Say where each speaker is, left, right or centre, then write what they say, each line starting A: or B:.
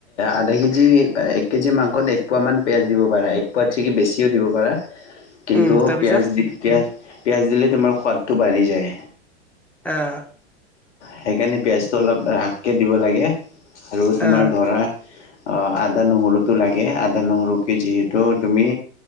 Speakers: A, on the left (about 80°); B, in the centre.
A: আধা কেজি এক কেজি মাংসত এক পোৱামান পিঁয়াজ দিব পাৰা এক পোৱাত কি বেছিও দিব পাৰা কিন্তু
B: উম তাৰপিছত
A: পিয়াজ দি পিয়াজ দিলে তোমাৰ সোৱাদটো বাঢ়ি যায়
B: অহ
A: সেইকাৰণে পিয়াজটো অলপ কে দিব লাগে আৰু তোমাৰ
B: আহ
A: ধৰা আদা নহৰুতো লাগে আদা নহৰুকে যিহেতু তুমি